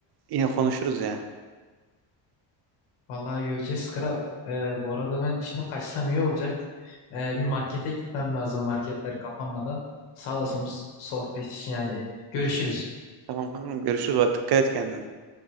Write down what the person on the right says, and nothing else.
yine konuşuruz ya.
Tamam kankam görüşürüz. Hadi dikkat et kendine.